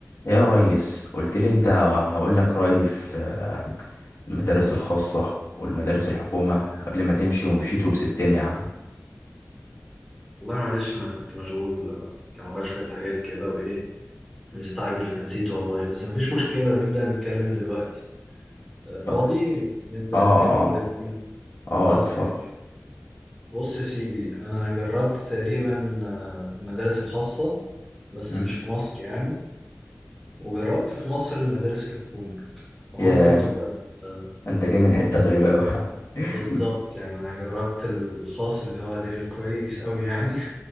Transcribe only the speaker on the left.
يا ريس قلت لي انت هقول لك رأيي في آه، المدارس الخاصة والمدارس الحكومة قبل ما تمشي ومشيت وسبتني يا عم
طيب
اه
اه
اه
اتفضل
مم.
ياه
انت جاي من حتة غريبة اوي
<laughs>